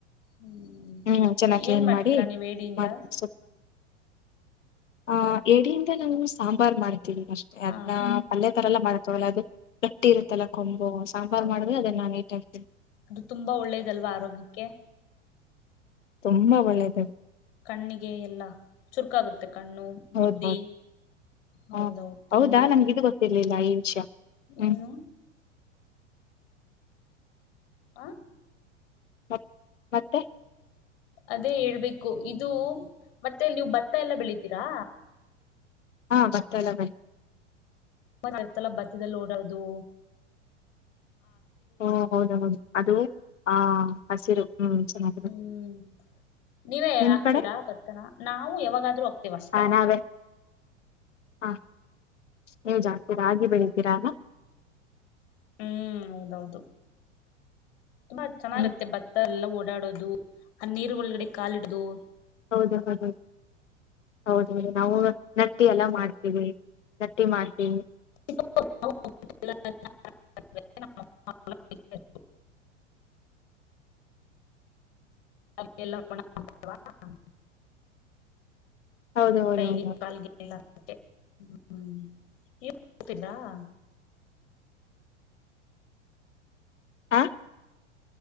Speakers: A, on the left (about 50°); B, on the left (about 75°).
A: ಹ್ಮ್
B: ಹ್ಮ್ ಚೆನ್ನಾಗಿ ಕ್ಲೀನ್
A: ಏನ್ ಮಾಡ್ತೀರಾ
B: ಮಾಡಿ
A: ನೀವ್ ಏಡಿಯಿಂದ
B: ಮಾಡ್ತೀವಿ ಅಹ್ ಏಡಿಯಿಂದ ನಾವು ಸಾಂಬಾರ್ ಮಾಡ್ತೀವಿ ಅಷ್ಟೇ ಅದ್ನ
A: ಆ
B: ಪಲ್ಯ ತರ ಎಲ್ಲ ಮಾಡಕ್ಕಾಗಲ್ಲ ಅದ್ ಗಟ್ಟಿ ಇರುತ್ತಲ್ಲ ಕೊ ಅದು ಸಾಂಬಾರ್
A: ಹೌದಾ
B: ಮಾಡ್ದ್ರೆ ಅದನ್ನಾ ನೀಟಗ್ ತೆಗ್ದು
A: ಅದು ತುಂಬಾ ಒಳ್ಳೇದಲ್ವಾ ಆರೋಗ್ಯಕ್ಕೆ
B: ತುಂಬಾ ಒಳ್ಳೇದದು
A: ಕಣ್ಣಿಗೆ ಎಲ್ಲ ಚುರ್ಕಾಗುತ್ತೆ ಕಣ್ಣು,
B: ಹೌದೌದು
A: ಬುದ್ಧಿ ಹೌದೌದು,
B: ಹ
A: ತಿನ್ಬೇಕು
B: ಹೌದಾ ನಮ್ಗೆ ಇದು ಗೊತ್ತಿರ್ಲಿಲ್ಲ ಈ ವಿಷಯ ಹ್ಮ್
A: ಏನು ಆಹ್
B: ಮತ್ ಮತ್ತೆ
A: ಅದೇ ಹೇಳ್ಬೇಕು, ಇದು ಮತ್ತೆ ನೀವು ಭತ್ತ ಎಲ್ಲ ಬೆಳಿತೀರಾ
B: ಹಾ ಭತ್ತ ಎಲ್ಲ ಬೆಳಿತೀವಿ
A: <unintelligible> ಬತ್ತದಲ್ ಓಡೋದು
B: ಹು ಹೌದು ಹೌದು, ಅದು ಆ ಹಸಿರು ಹ್ಮ್ ಚೆನ್ನಾಗಿದೆ
A: ಹ್ಮ್ ನೀವೇ
B: ನಿಮ್
A: ಆಕ್ತೀರಾ
B: ಕಡೆ
A: ಭತ್ತನ, ನಾವು ಯಾವಾಗಾದ್ರೂ ಹಾಕ್ತಿವ್ ಅಷ್ಟೆ
B: ಹ ನಾವೇ ಹ ನೀವು ಜಾಸ್ತಿ ರಾಗಿ ಬೆಳತೀರಾ ಅಲ್ಲ
A: ಹ್ಮ್ ಹೌದೌದು ತುಂಬಾ ಚೆನ್ನಾಗಿರುತ್ತೆ
B: ಹ್ಮ್
A: ಭತ್ತ ಎಲ್ಲ ಓಡಾಡೋದು, ಆ ನೀರ್ ಒಳಗಡೆ ಕಾಲಿಡದು
B: ಹೌದು ಹೌದು ಹೌದೌದು ನಾವು ರಟ್ಟಿ ಎಲ್ಲ ಮಾಡ್ತೀವಿ ಮಾಡ್ತೀವಿ
A: <unintelligible> <unintelligible> <unintelligible>
B: ಹೌದು ಹೌದು
A: ಕೈ
B: ಹೌದು
A: ಗೆ ಕಾಲ್ಗೆ ಎಲ್ಲ ಹ್ಮ್ ನೀವ್ <unintelligible>
B: ಆಹ್